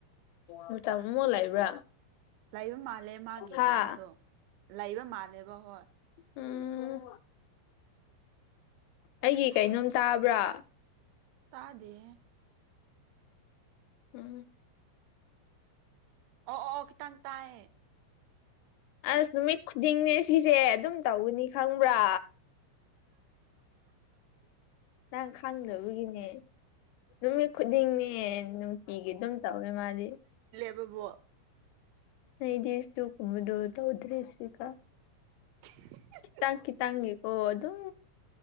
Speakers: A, on the left; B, on the right.
A: ꯃꯇꯝ ꯑꯃꯨꯛ ꯂꯩꯕ꯭ꯔꯥ
B: ꯂꯩꯕ ꯃꯥꯜꯂꯦ ꯃꯥꯒꯤ
A: ꯍꯥ
B: ꯀꯩꯅꯣꯗꯣ ꯂꯩꯕ ꯃꯥꯜꯂꯦꯕ ꯍꯣꯏ
A: ꯎꯝ ꯑꯩꯒꯤ ꯀꯩꯅꯣꯝ ꯇꯥꯕ꯭ꯔꯥ
B: ꯇꯥꯗꯦꯍꯦ
A: ꯎꯝ
B: ꯑꯣ ꯑꯣ ꯑꫭ ꯈꯤꯇꯪ ꯇꯥꯏꯌꯦ
A: ꯑꯁ ꯅꯨꯃꯤꯠ ꯈꯨꯗꯤꯡꯅꯦ ꯁꯤꯁꯦ ꯑꯗꯨꯝ ꯇꯧꯒꯅꯤ ꯈꯪꯕ꯭ꯔꯥ ꯑꯍ ꯅꯪ ꯈꯪꯗꯕꯒꯤꯅꯦ ꯅꯨꯃꯤꯠ ꯈꯨꯗꯤꯡꯅꯦ ꯅꯨꯡꯇꯤꯒꯤ ꯑꯗꯨꯝ ꯇꯧꯋꯦ ꯃꯥꯗꯤ
B: ꯕꯕꯣ
A: ꯑꯩꯗꯤ ꯏꯁꯇꯨꯛ ꯀꯨꯃꯕꯗꯨ ꯇꯧꯗ꯭ꯔꯦ ꯁꯤꯀ
B: <inaudible>
A: ꯇꯥꯡ ꯈꯤꯇꯥꯡꯒꯤ ꯀꯣ ꯑꯗꯨꯝ